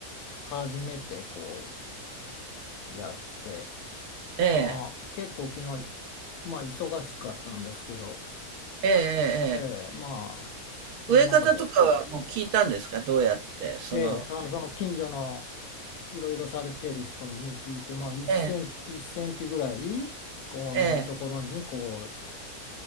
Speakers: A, on the left; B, on the right.
A: 初めてこう、やって、
B: えええ
A: まあ、結構昨日、まあ、忙しかったんですけど、
B: ええええ
A: ええ、まあ、その中で、
B: 植え方とかはもう聞いたんですかどうやって、その、
A: ええ、あの、その近所の、いろいろされてる人に聞いて、まあ、1センチ、
B: ええ、
A: 1センチぐらいこのところにこ
B: ええ、